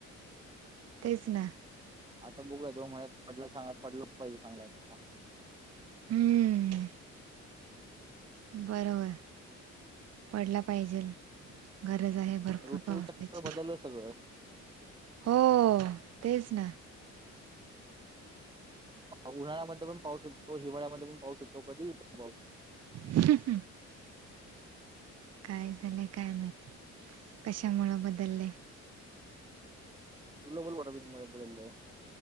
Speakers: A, on the right; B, on the right.
A: तेच ना,
B: आता बघूय तो म्हण पटलं सांग पटलं पहि सांगला.
A: हम्म. बरोबर पडला पाहिजेल गरज आहे. भरपूर
B: ऋतू
A: पावसाची
B: चक्र बदललं सगळं
A: हो तेच ना,
B: उन्हाळ्यामध्ये पण पाऊस येतो, हिवाळ्यामध्ये पण पाऊस येतो, कधी येतो पाऊस
A: ह काय झालंय काय माहित कशामुळं बदललेय.
B: तुलोल वार म एले <unintelligible> <inaudible>